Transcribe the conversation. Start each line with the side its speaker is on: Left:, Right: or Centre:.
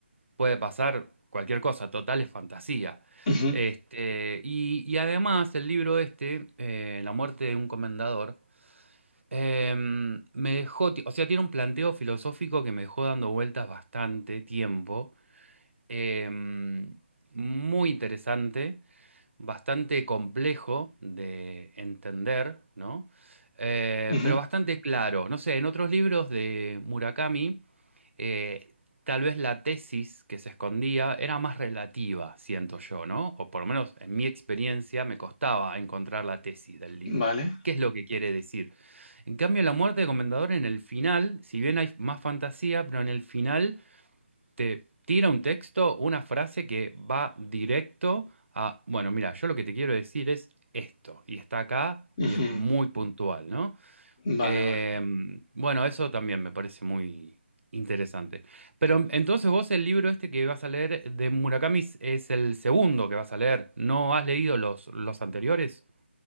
Right: Puede pasar cualquier cosa, total es fantasía.
Left: Ujú,
Right: Este, y, y además el libro este, eh, La muerte de un comendador, eh, me dejó, ti- o sea, tiene un planteo filosófico que me dejó dando vueltas bastante tiempo, eh, muy interesante, bastante complejo de entender, ¿no? Eh,
Left: ujú,
Right: pero bastante claro. No sé, en otros libros de Murakami, eh, tal vez la tesis que se escondía era más relativa, siento yo, ¿no? O por lo menos en mi experiencia me costaba encontrar la tesis del libro.
Left: vale,
Right: ¿Qué es lo que quiere decir? En cambio, la muerte de Comendador en el final, si bien hay más fantasía, pero en el final te tira un texto, una frase que va directo a, bueno, mira, yo lo que te quiero decir es esto, y está acá
Left: ujú,
Right: y es muy puntual, ¿no?
Left: vale,
Right: Eh,
Left: vale.
Right: bueno, eso también me parece muy interesante. Pero entonces vos el libro este que vas a leer de Murakami es es el segundo que vas a leer, ¿no has leído los, los anteriores?